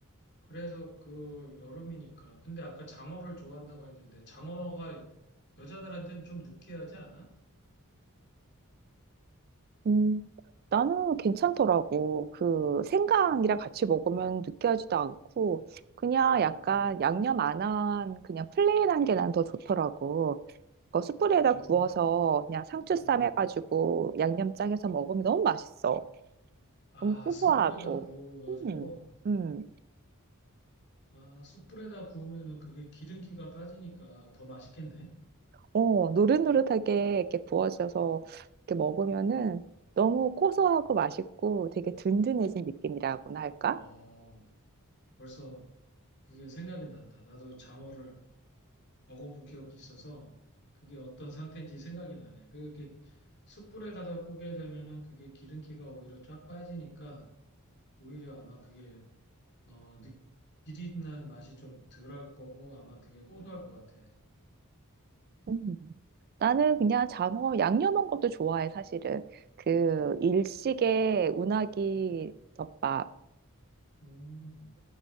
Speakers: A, on the left; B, on the right.
A: 그래서 그 여름이니까. 근데 아까 장어를 좋아한다고 했는데 장어가 여자들한테는 좀 느끼하지 않아?
B: 음, 나는 괜찮더라고. 그 생강이랑 같이 먹으면 느끼하지도 않고 그냥
A: 음,
B: 약간 양념 안한 그냥 플레인한 게 난 더 좋더라고. 그 숯불에다
A: 음,
B: 구워서 그냥 상추 쌈
A: 음.
B: 해가지고 양념장 해서 먹으면 너무 맛있어.
A: 아,
B: 너무 고소하고.
A: 숯불에다 구워가지고.
B: 음, 음.
A: 아, 숯불에다 구우면은 그게 기름기가 빠지니까 더 맛있겠네.
B: 어, 노릇노릇하게 이렇게 구워져서 이렇게 먹으면은 너무 고소하고 맛있고 되게 든든해진 느낌이라고나 할까?
A: 어, 벌써 그게 생각이 난다. 나도 장어를 먹어본 기억이 있어서 그게 어떤 상태인지 생각이 나네. 그게 숯불에다가 구게 되면은 그게 기름기가 오히려 쫙 빠지니까 오히려 아마 그게 어, 느- 비릿한 맛이 좀 덜할 거고 아마 되게 고소할 것 같아.
B: 음. 나는 그냥 장어 양념한 것도 좋아해, 사실은. 그 일식의 우나기 덮밥이라고
A: 음,